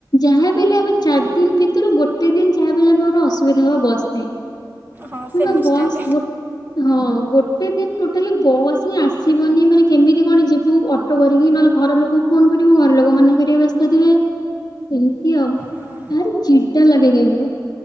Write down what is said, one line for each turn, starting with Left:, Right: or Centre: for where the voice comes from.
Left: ଯାହା ବି ହେଲେ ଆମେ ଚାରି ଦିନ ଭିତରୁ ଗୋଟେ ଦିନ ଯାହା ବି ହେଲେ ଆମେ ଗୋଟେ ଅସୁବିଧା ହବ ବସ୍ ପାଇଁ।
Right: ହଁ ସେମିଷ୍ଟାରରେ
Left: ମାନ୍ ବସ୍ ଗୋ ହଁ ଗୋ ଗୋଟେ ଦିନ ଟୋଟାଲି ବସ୍ ହିଁ ଆସିବନି ମାନେ କେମିତି କଣ ଯିବୁ ଅଟୋ କରିକି ନହେଲେ ଘର ଲୋକକୁ ଫୋନ କରିବୁ ଘର ଲୋକ ମାନେ କରିବେ ବ୍ୟସ୍ତ ଥିବେ। ଏମିତି ଆଉ
Right: ହଁ
Left: ଭାରି ଚିଡା ଲାଗେ କିନ୍ତୁ।